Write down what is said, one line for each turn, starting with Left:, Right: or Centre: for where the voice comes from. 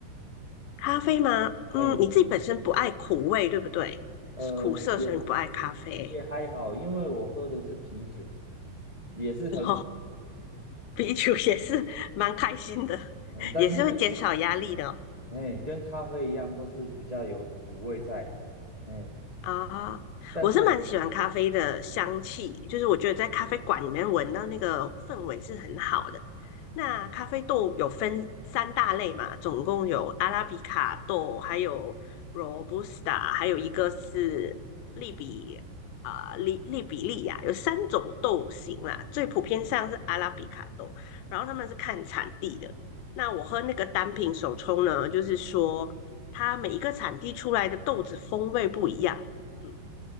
Left: 咖啡吗？嗯，
Right: 嘿，
Left: 你自己本身不爱苦味，对不对？
Right: 呃，
Left: 苦涩，
Right: 也
Left: 所以你不爱咖啡。
Right: 也还好，因为我喝的是啤酒，也是很
Left: <laughs> 然啤酒也是蛮开心的，
Right: 嗯，但是
Left: 也是会减少压力的哦
Right: 哎，跟咖啡一样，都是比较有苦味在，哎，
Left: 啊，
Right: 但是
Left: 我是蛮喜欢咖啡的香气，就是我觉得在咖啡馆里面闻到那个氛围是很好的。那咖啡豆有分三大类嘛，总共有阿拉比卡豆，还有 Robusta，还有一个是利比啊、利利比利亚，有三种豆型啦。最普遍上是阿拉比卡豆，然后他们是看产地的。那我喝那个单品手冲呢，就是说它每一个产地出来的豆子风味不一样。嗯，